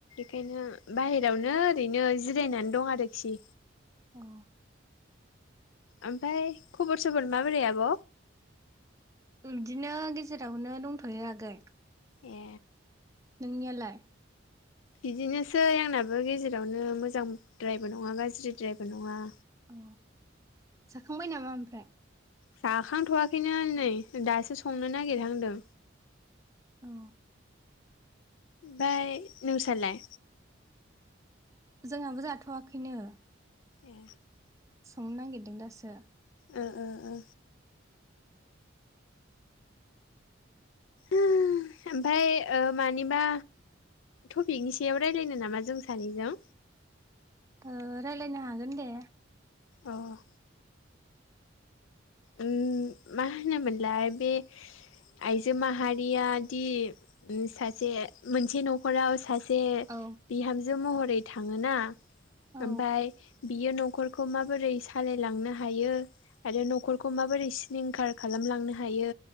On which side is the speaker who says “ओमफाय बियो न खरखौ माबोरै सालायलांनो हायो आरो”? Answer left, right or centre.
Left